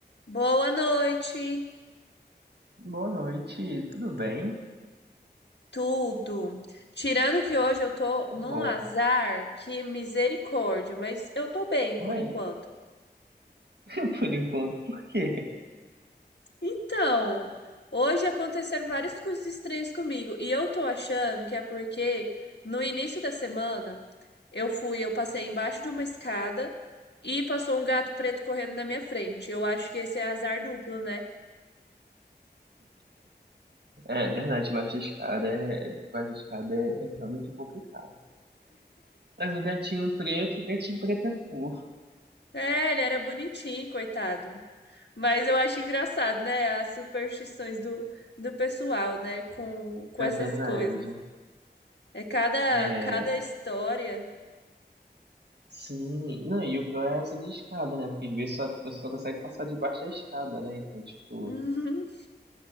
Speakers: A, on the left; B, on the right.
A: Boa noite,
B: Boa noite, tudo bem?
A: tudo. Tirando que hoje eu tô num
B: Bom,
A: azar, que misericórdia, mas eu tô bem por
B: ué,
A: enquanto.
B: <laughs> por enquanto, por quê?
A: Então, hoje aconteceram várias coisas estranhas comigo e eu tô achando que é porque no início da semana eu fui, eu passei embaixo de uma escada e passou um gato preto correndo na minha frente. Eu acho que esse é azar duplo, né?
B: É verdade, debaixo da escada é, debaixo da escada é, é realmente complicado. Mas o gatinho preto, o gatinho preto é fofo.
A: É, ele era bonitinho, coitado. Mas eu acho engraçado, né? As superstições do, do pessoal, né? Com, com
B: É
A: essas
B: verdade.
A: coisas. É cada,
B: É,
A: cada história.
B: sim, não, e o pior é essa de escada, né? Porque às vezes só, você só consegue passar debaixo da escada, né? Então, tipo,
A: Uhum,